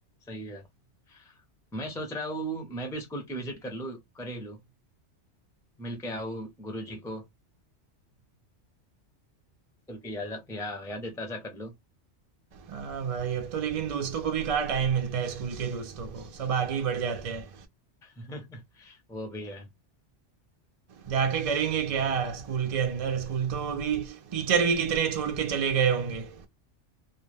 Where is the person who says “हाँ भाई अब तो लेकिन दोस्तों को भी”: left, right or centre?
Right